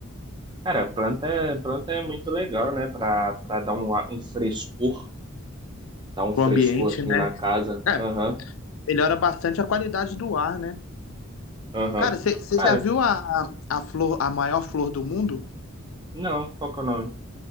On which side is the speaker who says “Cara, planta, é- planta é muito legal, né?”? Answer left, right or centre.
Right